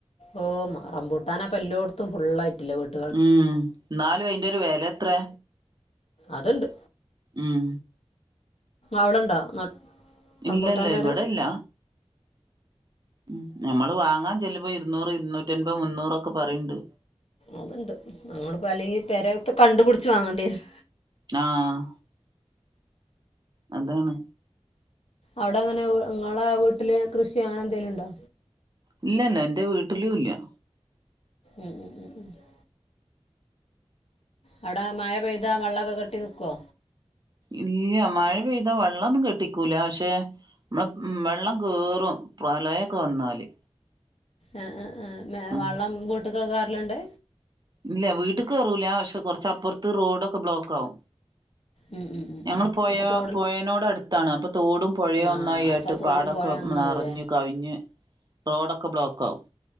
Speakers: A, on the left (about 70°); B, on the right (about 40°).
A: ഓ <unintelligible> റമ്പൂട്ടാനപ്പോ എല്ലോടത്തും ഫുളായിയിട്ട്ല്ലേ വ്ട്
B: ഉം ന്നാലും അയിന്റെ ഒരു വെലത്രേ
A: അത്ണ്ട്.
B: ഉം
A: അവ്ടെണ്ടോ നട്ട് റംബൂട്ടാൻ്റെ
B: ഇല്ലല്ല
A: മരം
B: ഇവടെല്ല. ഉം ഞമ്മള് വാങ്ങാൻ ചെലുംമ്പോ ഇരുന്നൂറ് ഇരുന്നൂറ്റി അൻ മ്പയ് മുന്നൂറൊക്കെ പറീണ്ട്
A: അത്ണ്ട് അങ്ങള്പ അല്ലെങ്കി പെരയ്ത്തെ കണ്ട് പുടച്ച് വാങ്ങണ്ടിരും.
B: ആഹ് അതാണ്.
A: അവ്ടെ എങ്ങനെ അവ് ഇങ്ങളെ വീട്ടില് കൃഷി അങ്ങനെ എന്തെലും ഉണ്ടോ?
B: ഇല്ലല്ലാ ഇന്റെ വീട്ടിലൂല്ലാ.
A: അഹ് അഹ് അഹ് ആഹ് അവ്ടെ മഴ പെയ്താ വെള്ളോക്കെ കെട്ടിനിക്കൊ
B: ഇല്ല മഴ പെയ്താ വെള്ളോന്നും കെട്ടിക്കൂല പഷേ. മ്മളം വെള്ളം കെറും പ്രളയക്കൊ വന്നാല്.
A: അഹ അഹ ആഹ് മെവള്ളം
B: ആഹ്
A: വീട്ടക്കൊക് കെർല്ണ്ട്.
B: ഇല്ല വീട്ട്ക്ക് കെറൂല പഷേ കൊർച്ചപ്പർത്ത് റോഡൊക്കെ ബ്ലോക്ക് ആവും.
A: ഉം ഉം ഉം
B: ഞങ്ങള്
A: ഉം
B: പൊയ
A: അപ്പം തോട്
B: പൊയേനോടടുത്താണ് അപ്പൊ തോടും പൊയയും
A: ആ
B: ഒന്നായാ
A: അപ്പം
B: ട്ട്
A: തോടും
B: പാടൊക്കെ
A: പുഴയും ഒന്നാവൂലേ
B: നെറഞ്ഞ് കവിഞ്ഞ് റോഡൊക്കെ ബ്ലോക്കാവും